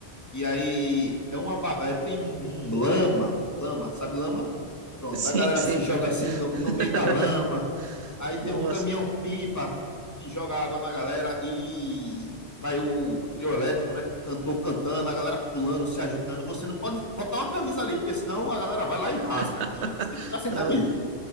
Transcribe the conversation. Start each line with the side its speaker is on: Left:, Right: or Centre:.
Left: E aí é uma, ba- é, tem um lama, lama, sabe lama? Pronto,
Right: sim,
Left: a galera
Right: sim.
Left: se joga assim
Right: <laughs>
Left: no, no meio da lama, Aí tem
Right: Nossa.
Left: o caminhão pipa que joga água na galera e vai o trio elétrico, né? Cantor cantando, a galera pulando, se ajudando. Você não pode botar uma camisa ali, porque senão a galera vai lá e rasga
Right: <laughs>
Left: a camisa. Você tem que ficar sem
Right: Não,
Left: camisa.